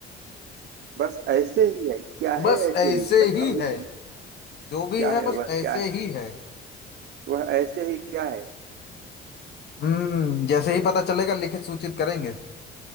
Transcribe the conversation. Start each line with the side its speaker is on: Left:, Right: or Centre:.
Right: बस ऐसे ही है क्या
Left: बस
Right: है ऐसे
Left: ऐसे
Right: ही बताओगे
Left: ही है
Right: भैया
Left: जो भी
Right: क्या
Left: है
Right: है
Left: बस
Right: वह
Left: ऐसे
Right: क्या है
Left: ही है
Right: वह ऐसे ही क्या है
Left: हम्म जैसे ही पता चलेगा लिखित सूचित करेंगे